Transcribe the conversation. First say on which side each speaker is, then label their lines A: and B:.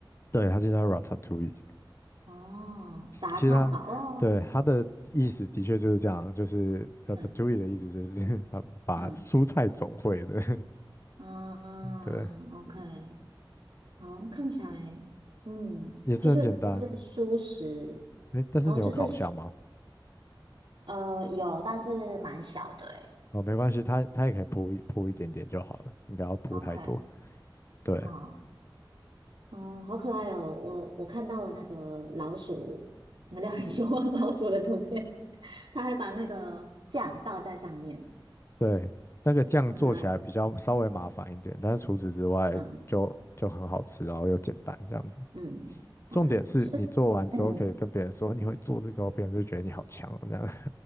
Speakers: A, on the left; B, on the right.
A: 对，它就叫 Ratatouille。
B: 哦，杂菜堡哦，
A: 其实它对它的意思的确就是这样，就是 Ratatouille
B: 嗯
A: 的意思就是 <laughs> 它把蔬菜总会的。
B: 嗯啊，OK，
A: <laughs> 对，
B: 好，看起来，嗯，
A: 也是很简单。
B: 就是都是蔬食，
A: 诶，但是你有烤箱吗？
B: 哦，就是呃有，但是蛮小的诶。
A: 哦，没关系，它它也可以铺一铺一点点就好了，你不要铺太多。
B: OK，
A: 对
B: 好，嗯，好可爱哦，我我看到了那个老鼠，那个料理说话 <laughs> 老鼠的图片，它还把那个酱倒在上面。
A: 对，那个酱做起来比较稍微麻烦一点，
B: 好可爱。
A: 但是除此之外就就很好吃，
B: 嗯
A: 然后又简单这样子。
B: 嗯，OK，
A: 重点是你做完之后可以跟别人说你会做这个哦，
B: 是嗯嗯，
A: 别人就觉得你好强哦这样。